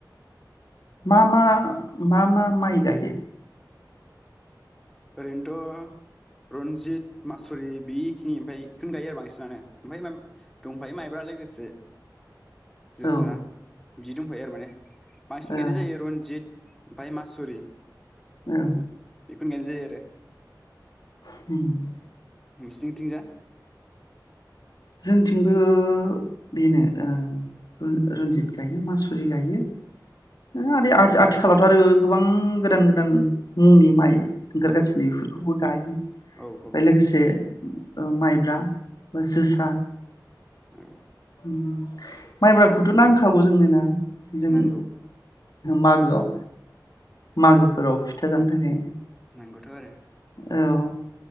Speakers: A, on the left; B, in the centre.
A: मा मा मा मा माइ गायो?
B: ओरैनोथ' रन्जित मासुरि बेखिनि ओमफाय खौनो गायो आरो बांसिनानो ओमफाय मा दंफायो माइब्रा लोगोसे। जोसा
A: औ
B: बि दंफायो आरो माने। बांसिन
A: औ
B: गायनाय जायो रनजित ओमफाय मासुरि
A: औ
B: <unintelligible> दे
A: हम
B: नोंस्निथिंजा?
A: जोंथिंबो बिनो ओ र रन्जित गायो मासुरि गायो ओ <unintelligible> आथिखालावथ' आरो गोबां गोदान गोदान मुंनि माइ ओंगोरगासिनो बेफोरखौबो गायो। बाय
B: औ औ
A: लोगोसे ओ माइब्रा बा जोस सा
B: औ
A: उम माइब्राखौथ' नांखागौ जोंनो ना जों
B: नांगौ
A: मागोआव मागोफोराव फिथा जानो थाखाय।
B: नंगौथ' आरो।
A: औ